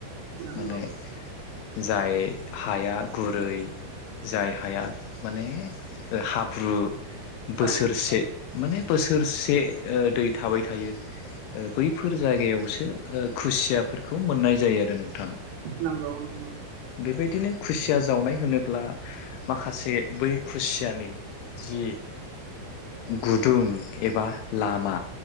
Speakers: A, on the right; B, on the left.
A: नांगौ
B: माने जाय हाया गुरै। बै जाय हाया माने ओ हाब्रु बोसोरसे
A: औ
B: माने बोसोरसे ओ दै थाबाय थायो बैफोर जायगायावसो खुसियाफोरखौ मोननाय जायो। जायो आरो नोंथांा
A: नंगौ नंगौ
B: बेबायदिनो खुसिया जावनाय होनोब्ला माखासे बै खुसियानि जि गुदुं एबा लामा